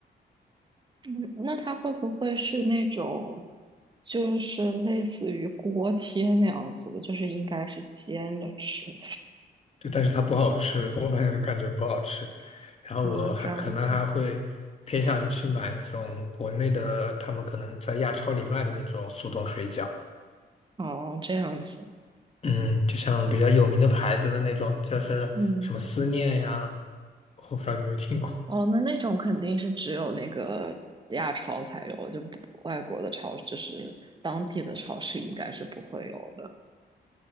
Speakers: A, on the right; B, on the left.
A: 嗯那它会不会是那种，就是类似于锅贴那样子的，就是应该是煎着吃的
B: 对，但是它不好吃，我反正感觉不好吃。然后我还可能还会偏向于去买那种国内的，
A: 啊，这样子，
B: 他们可能在亚超里卖的那种速冻水饺。
A: 哦，这样子，
B: 嗯，就像比较有名的牌子的那种，就是什么思念呀，
A: 嗯，
B: 我不知道你有没有听过。
A: 哦，那那种肯定是只有那个亚超才有，就不外国的超，就是当地的超市应该是不会有的，